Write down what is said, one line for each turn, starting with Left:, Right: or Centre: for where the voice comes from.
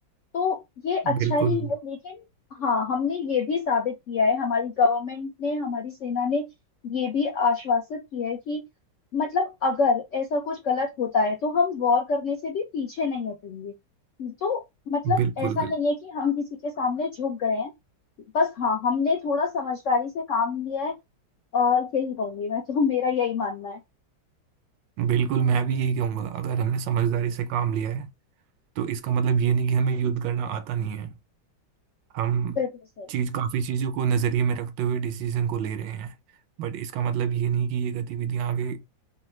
Left: तो ये अच्छा
Right: बिल्कुल
Left: ही है लेकिन हाँ हमने ये भी साबित किया है हमारी गवर्नमेंट ने हमारी सेना ने ये भी आश्वासित किया है कि मतलब अगर ऐसा कुछ गलत होता है तो हम वॉर करने से भी पीछे नहीं हटेंगे तो मतलब
Right: बिल्कुल
Left: ऐसा
Right: बिल्कुल
Left: नहीं है कि हम किसी के सामने झुक गए हैं बस हाँ हमने थोड़ा समझदारी से काम लिया है और यही कहूंगी मैं तो मेरा यही मानना है
Right: बिल्कुल मैं भी यही कहूंगा अगर हमने समझदारी से काम लिया है तो इसका मतलब ये नहीं कि हमें युद्ध करना आता नहीं है हम
Left: बिल्कुल सही
Right: चीज काफी चीजों को नजरिए में रखते हुए डिसीजन को ले रहे हैं बट इसका मतलब ये नहीं कि ये गतिविधियां आगे